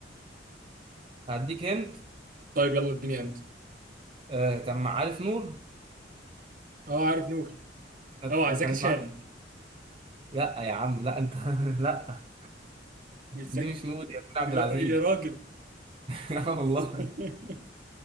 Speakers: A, on the right; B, on the right.
A: هديك هنت
B: طيب يلا اديني هند
A: آه كان مع عارف نور
B: أه عارف نور
A: كانت
B: أه زكي
A: كانت
B: شان
A: معاه لا يا عم لا انت <laughs> لا
B: مش زكي
A: دي مش نور يا كريم عبد
B: يا,
A: العزيز
B: يا راجل
A: <laughs> آه والله
B: <laughs>